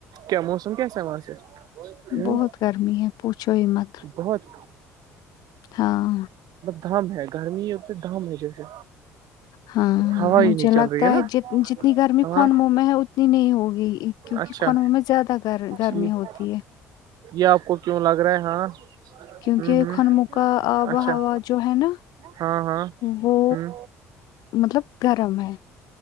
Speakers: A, on the right; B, on the left.
A: کیا موسم کیسا ہے وہاں سے ہ
B: بہت گرمی ہے پوچھو ہی مت
A: بہت
B: ہاں
A: دام ہے گرمی ات دام ہے جیسے
B: ہاں
A: ہوا ہی
B: مجھے
A: نہیں چل
B: لگتا
A: رہی نا
B: ہے جتنی گرمی
A: ہاں
B: خان مہ میں ہے اتنی نہیں ہوگی کیونکہ
A: اچھا
B: کن میں زیادہ گ گرمی
A: ٹھیک
B: ہوتی ہے
A: یہ آپ کو کیوں لگ رہا ہے ہاں
B: کیونکہ
A: ہ ہ
B: خنم کا آب
A: اچھا
B: و ہوا جو ہے نا
A: ہاں ہاں
B: وہ
A: ہوں
B: مطلب گرم ہے